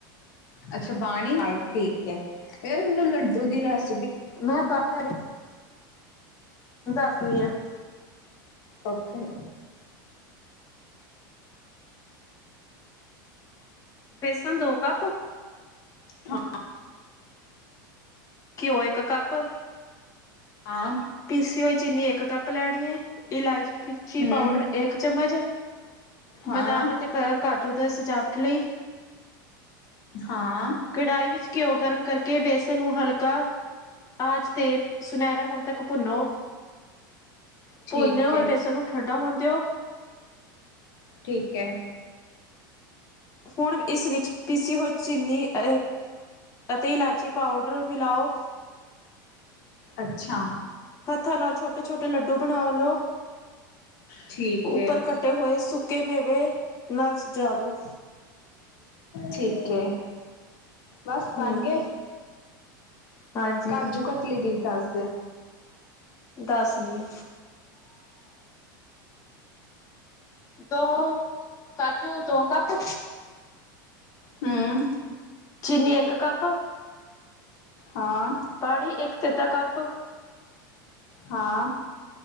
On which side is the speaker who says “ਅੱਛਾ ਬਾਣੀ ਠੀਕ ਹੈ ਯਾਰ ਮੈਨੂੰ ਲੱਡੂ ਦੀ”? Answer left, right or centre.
Left